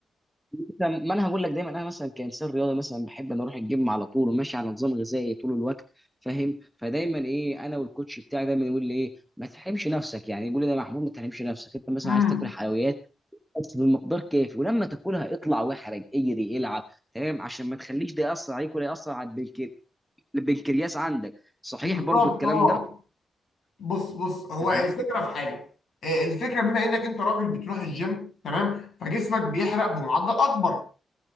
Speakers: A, in the centre; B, on the left.
A: مثلا ما انا هقول لك دايما انا مثلا كانسان رياضي مثلا بحب ان اروح الجيم على طول وماشي على نظام غذائي طول الوقت فاهم فدايما ايه انا والكوتش بتاعي دايما يقول لي ايه ما تحرمش نفسك يعني يقول لي ده يا محمود ما تحرمش نفسك انت مثلا
B: امم
A: عايز تاكل حلويات بس بالمقدار كافي ولما تاكلها اطلع واحرج اجري العب تمام عشان ما تخليش ده ياثر عليك ولا ياثر على البنكر... البنكرياس عندك صحيح
B: بالظبط
A: برضو الكلام
B: اه
A: ده
B: بص بص هو
A: انت فاهم
B: الفكره في حاجه آه، الفكره بما انك انت راجل بتروح الجيم تمام فجسمك بيحرق بمعدل اكبر